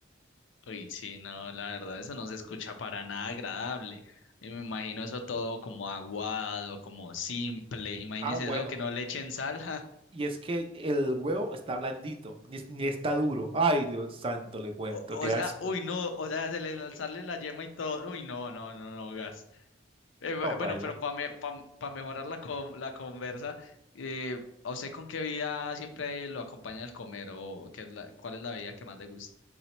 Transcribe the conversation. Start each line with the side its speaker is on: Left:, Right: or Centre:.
Left: Uy, sí, no, la verdad, eso no se escucha para nada agradable. Y me imagino eso todo como aguado, como simple. Imagínese
Right: Ah, bueno,
Left: eso que no le echen sal. <laughs>
Right: y es que el huevo está blandito, ni, es- ni está duro. Ay, Dios santo, le cuento,
Left: O, o
Right: qué
Left: sea,
Right: asco.
Left: uy, no, o sea, se le sale la yema y todo. Uy, no, no, no, no, gas. Eh, bu-
Right: No, paila.
Left: bueno, pero para mejorar la, con- la conversa, eh, ¿a usted con qué bebida siempre lo acompaña al comer o qué es la, cuál es la bebida que más le gusta?